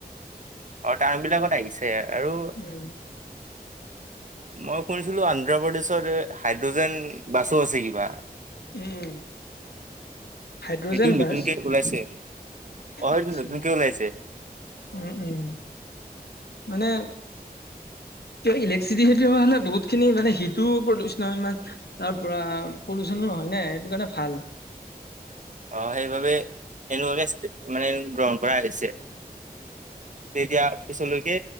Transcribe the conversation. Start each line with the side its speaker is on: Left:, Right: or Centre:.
Right: অ' টাউন বিলাকত আহিছে আৰু
Left: উম,
Right: মই শুনিছিলো আন্ধ্ৰপ্ৰদেশত এ হাইড্ৰজেন বাছো আছে কিবা।
Left: উম। হাইড্ৰজেন
Right: এইটো নতুনকে
Left: বাছ
Right: ওলাইছে অ'
Left: আচ্ছা
Right: এইটো নতুনকে ওলাইছে।
Left: উম, উম মানে ইলেক্ট্ৰিচিট হোৱা হ'লে বহুত খিনি মানে হিটো প্ৰদুষ নহয় ইমান। তাৰ পৰা পলিউচনো নহয় নে সেইটো কাৰণে ভাল।
Right: অ' সেইবাবে এনেকুৱাকে মানে গ্ৰহণ কৰা হৈছে। তেতিয়া পিছলৈকে